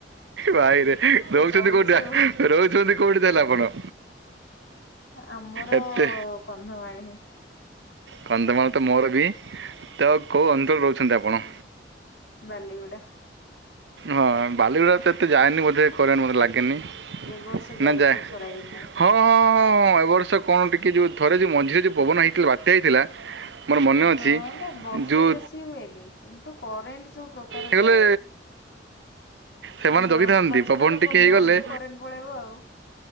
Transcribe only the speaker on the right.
ଭାଇରେ ରହୁଚନ୍ତି
କୋଉଠା ରହୁଚନ୍ତି କୋଉଠି ତାହାଲେ ଆପଣ?
ଏତେ
କନ୍ଧମାଳ ତ ମୋର ବି ତ କୋଉ ଅନ୍ତଳରେ ରହୁଚନ୍ତି ଆପଣ?
ହଁ ବାଲିିଗୁଡାରେ ତ ଏତେ ଯାଏନି ବୋଧେ କରେଣ୍ଟେ ମୋତେ ଲାଗେନି।
ନା ଯାଏ
ହଁ ଅଁହଁ ଅଁଏ ବର୍ଷ କଣ ଟିକିଏ ଯେଉଁ ଥରେ ଯେଉଁ ମଝିରେ ଯେଉଁ ପବନ ହେଇଥିଲା ବାତ୍ୟା ହେଇଥିଲା। ମୋର ମନେ ଅଛି
ଯେଉଁ
ହେଇଗଲେ
ସେମାନେ
ଜଗିଥାନ୍ତି
ପବନ
ଟିକେ
ହେଇଗଲେ